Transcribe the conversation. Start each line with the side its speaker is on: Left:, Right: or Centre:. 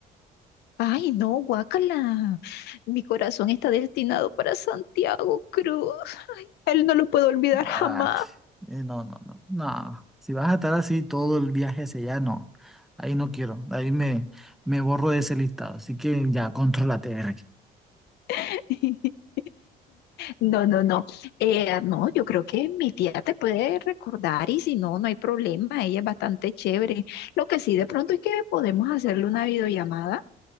Left: Ay, no, guácala. Mi corazón está destinado para Santiago Cruz. A Él no lo puedo olvidar jamás.
Centre: Ay, eh, no, no, no, no. Si vas a estar así todo el viaje ese, ya no. Ahí no quiero, ahí me, me borro de ese listado. Así que ya, contrólate, Berry.
Left: <laughs> No, no, no. Eh, no, yo creo que mi tía te puede recordar y si no, no hay problema. Ella es bastante chévere. Lo que sí, de pronto es que podemos hacerle una videollamada